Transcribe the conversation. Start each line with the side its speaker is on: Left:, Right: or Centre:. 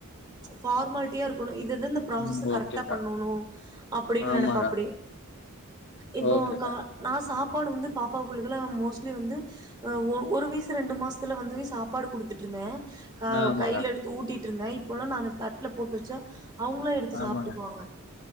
Right: ஃபார்மாலிட்டியா இருக்கணு இது இந்த ப்ராஸ்ச
Left: ம் ஓகேக்கா
Right: கரெக்டா பண்ணணு அப்படின்னு
Left: ஆமாங்க
Right: நெனைப்பாப்படி இப்போ
Left: ஓகேக்கா
Right: கா நா சாப் சப்பாடு வந்து பாப்பாக்குள்ளக்கல மோஸ்ட்லி வந்து ஒரு வயசு ரெண்டு மாசத்துல வந்த வ சாப்பாடு கொடுத்துட்டுருந்தேன் ஹ
Left: ஆமாங்க
Right: கையில் எடுத்து ஊட்டிட்டு இருந்தேன் இப்பல்லா நான் தட்ல போட்டு வெச்சா அவுங்களே எடுத்து
Left: ஆமாங்க
Right: சாப்பிட்டுக்குவாங்க